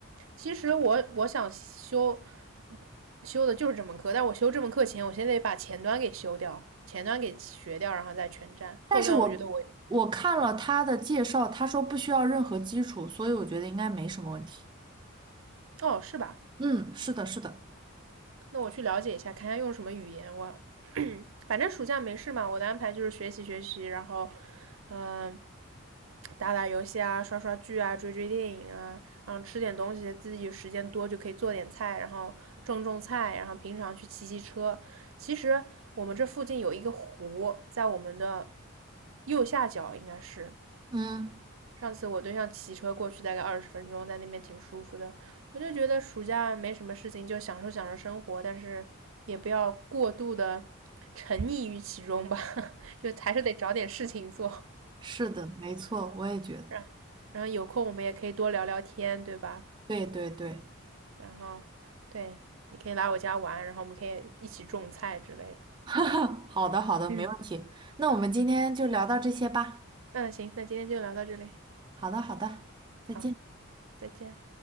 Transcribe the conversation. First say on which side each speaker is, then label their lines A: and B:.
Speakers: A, on the right; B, on the right.
A: 其实我我想修修的就是这门课，但我修这门课前，我先得把前端给修掉，前端给学掉，然后再全站。后端我觉得我，
B: 但是我我看了他的介绍，他说不需要任何基础，所以我觉得应该没什么问题。
A: 哦，是吧？
B: 嗯，是的，是的，
A: 那我去了解一下，看一下用什么语言，我反正暑假没事嘛，我的安排就是学习学习，然后，嗯、呃打打游戏啊，刷刷剧啊，追追电影啊，然后吃点东西，自己时间多就可以做点菜，然后种种菜，然后平常去骑骑车。其实我们这附近有一个湖，在我们的右下角应该是，
B: 嗯，
A: 上次我对象骑车过去大概二十分钟，在那边挺舒服的。我就觉得暑假没什么事情，就享受享受生活，但是也不要过度的沉溺于其中吧，<laughs> 就还是得找点事情做。
B: 是的，没错，我也觉得，
A: 然然后有空我们也可以多聊聊天，对吧？
B: 对对对，
A: 然后对，你可以来我家玩，然后我们可以一起种菜之类的。
B: <laughs> 好的好的，
A: 嗯，
B: 没问题。那我们今天就聊到这些吧。
A: 嗯，行，那今天就聊到这里，
B: 好的好的，再见。
A: 好，再见。